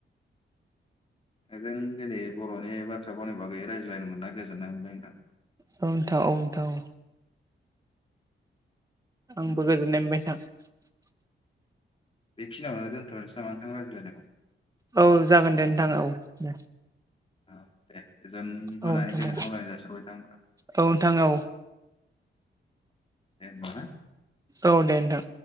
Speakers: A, on the left; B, on the right.
A: नोंजों दिनै बर'नि बाथ्रा फावनि बागै रायज्लायनो मोना गोजोननाय मोनबाय नोंथां।
B: औ नोंथां औ नोंथां औ। आंबो
A: जों
B: गोजोननाय मोनबाय नोंथां।
A: बेखिनियावनो दोनथ'नोसै नामा नोंथां रायज्लायनायखौ?
B: औ जागोन दे नोंथां औ दे।
A: औ दे गोजोन मोनानि
B: औ नोंथां
A: गोजोन
B: दे
A: हामलायनाय जासिहरबाय नोंथांमोनखौ।
B: औ नोंथां औ
A: दे होमबा ना?
B: औ दे नोंथां।